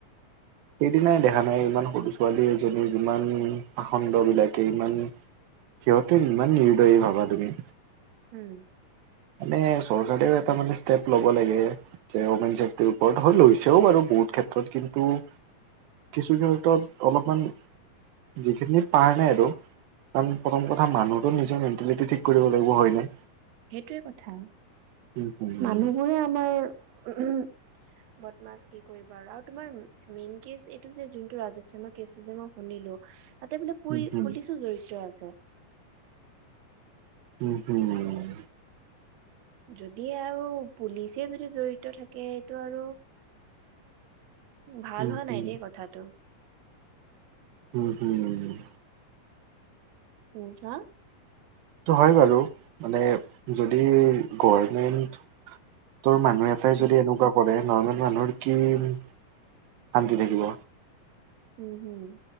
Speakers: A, on the right (about 85°); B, on the right (about 65°).
A: সেইদিনাই দেখা নাই ইমান সৰু ছোৱালী এজনীৰ ইমান পাখন্দ বিলাকে ইমান সিহঁতে ইমান নিৰ্দয়ী ভাবা তুমি।
B: হোম।
A: মানে চৰকাৰেও এটা মানে ষ্টেপ ল'ব লাগে। যে ঔমেন চেফটিৰ ওপৰত হয় লৈছেও বাৰু বহুত ক্ষেত্ৰত কিন্তু কিছু ক্ষেত্ৰত অলপমান যিখিনি পাৰা নাই আৰু। কাৰণ প্ৰথম কথা মানুহটোৰ নিজৰ মেন্টেলিটি ঠিক কৰিব লাগিব, হয় নে?
B: সেইটোৱে কথা,
A: উম হম
B: মানুহবোৰে আমাৰ উমহ বদমাছ কি কৰিবা আৰু, আৰু তোমাৰ মেইন কেচ এইটো যে যোনটো ৰাজস্থানৰ কেচ টো যে মই শুনিলোঁ তাতে বোলে পু
A: উম হম
B: পুলিচো জড়িত আছে।
A: উম হোমম।
B: যদি আৰু পুলিচে যদি জড়িত থাকে সেইটো আৰু ভাল
A: উম
B: হোৱা
A: হম
B: নাই দেই কথাটো।
A: উম হোমম।
B: পু হাঁ?
A: সেইটো হয় বাৰু। মানে যদি গভৰ্মেণ্টৰ মানুহ এ এটাই
B: হে
A: যদি এনেকুৱা কৰে নৰ্মেল মানুহৰ কি শান্তি থাকিব।
B: Um home.